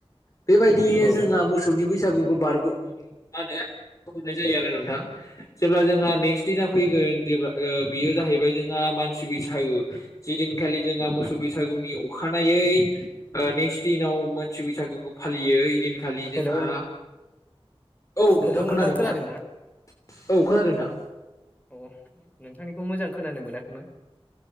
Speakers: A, on the left; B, on the left.
A: बेबायदियैनो
B: औ
A: जोंहा मोसौनि बैसागुखौ बारग' मा होनो हरनाय जायो आरो नोंथां जेब्ला जोंहा नेक्स्ट दिना फैगोन जेब्ला बियो जाहैबाय जोंहा मानसि बैसागु जि दिनखालि जोंहा मोसौ बैसागुनि अखानायै नेक्स्ट दिनाव मानसि बैसागुखौ फालियो ओयदिनखालि जोंहा
B: हेलौ
A: औ नोंथां
B: हेलौ नोंथाङा
A: खोनादों
B: खोनादोंना
A: ना औ खोनादों नोंथां
B: अ नोंथांनिखौ मोजां खोनानो मोनाखैमोन